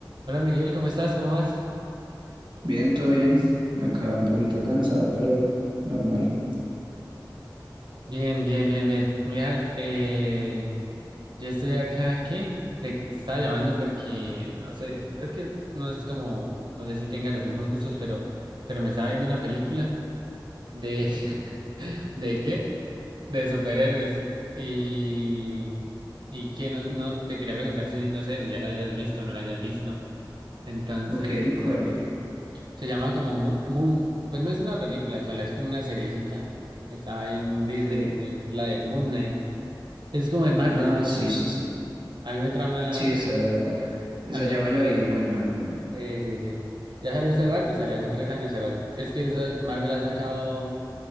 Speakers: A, on the right; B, on the right.
A: Hola Miguel, ¿cómo estás? ¿Cómo vas?
B: Bien, todo bien. Acá un poquito cansado, pero normal.
A: Bien, bien, bien, bien. Mira, eh, yo estoy acá, ¿qué? Te, te estaba llamando porque, no sé, es que no es como, no sé si tenga los mismos gustos, pero, pero me estaba viendo una película de, <laughs> ¿de qué? De superhéroes. Y, y que no, no, te quería preguntar si, no sé, si ya la hayas visto o no la hayas visto. Entonces,
B: Ok, ¿cuál?
A: Se llama como Mu- Moon, pues no es una película sola, es como una seriecita. Estaba en Disney,
B: Sí.
A: que es la de Moon Knight. Es como de Marvel.
B: Ah, sí, sí, sí.
A: A mí me trama,
B: Sí, esa, esa
A: a mí,
B: ya me la vi, es buena, es buena.
A: eh, sí, sí. sí. Ya salió hace rato, salió hace tres años, pero es que esa- Marvel ha sacado